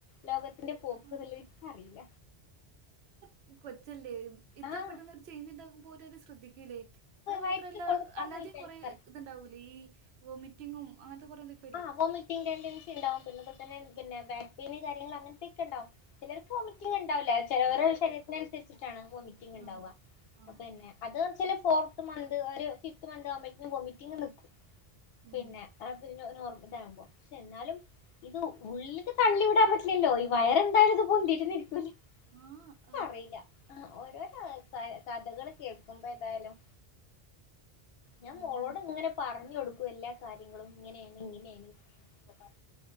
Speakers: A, on the left; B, on the right.
A: ലോകത്തിന്റെ പോക്ക്
B: ആ
A: <unintelligible> എനിക്കറിയില്ല
B: ഇക്ക് കൊച്ചല്ലേ ഇത്ര
A: ആഹ്
B: പെട്ടെന്ന് ഒരു ചേഞ്ച്‌ ഉണ്ടാകുമ്പോൾ ഒര് ര് <unintelligible> ഇല്ലേ അത് മാത്രല്ല
A: വയറ്റില് കൊഴുപ്പാണെന്ന്
B: അല്ലാതേയും
A: വിചാരിക്കാറ്
B: കൊറേ ഇത് യിണ്ടാവൂലേ ഈ ഒമിറ്റ് - ങ്ങും അത് കൊറേ ലിപ് -
A: ആഹ് വോമിറ്റിംഗ് ടെൻഡൻ ണ്ടാവും പിന്നതുപോലെതന്നെ പിന്നെ ബാക്ക് പെയ്ൻ കാര്യങ്ങൾ അങ്ങനത്തെയൊക്കെണ്ടാവും ചിലർ വോമിറ്റിംഗിണ്ടാവില്ല ചിലർ ശരീത്തിനുസരിച്ചിട്ടാണ് വോമിറ്റിംഗിണ്ടാവുക
B: ആ ആണോ
A: അതന്നെ അത് ച്ചാൽ ഫോർത്ത് മന്ത്ര് ഒരു ഫിഫ്ത് മന്ത് ആകുമ്പെക്കും വോമിറ്റിംഗ് നിക്കും
B: ഉം
A: പിന്നെ അത് നോ നോർ ഇതാമ്പോ പക്ഷെ എന്നാലും ഇത് ഉള്ക്ക് തള്ളി വിടാൻ പറ്റില്ലല്ലോ ഈ വയറന്തായാലും ഇത് പൊന്തിട്ടന്നേ ഇരിക്കുലേ
B: ആ ആ,
A: പറയില്ല ആ ഓരോരോൾക്ക ക കഥകൾ കേൾക്കുമ്പോ ഏതായാലും ഞാൻ
B: ഉം,
A: മോളോട് ഇങ്ങനെ പറഞ്ഞ ഞ്ഞുടുക്കും എല്ലാ കാര്യങ്ങളും ഇങ്ങനെയാണ് ഇങ്ങനെയ ഉം ഇപ്പ